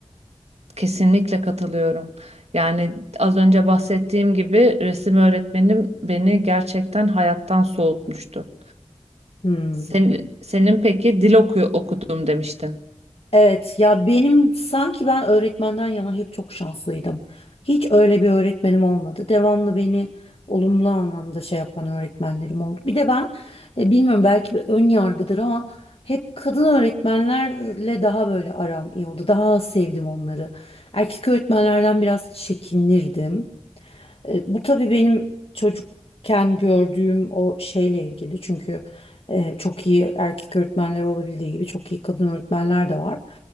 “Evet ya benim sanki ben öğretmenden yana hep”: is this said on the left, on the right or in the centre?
Left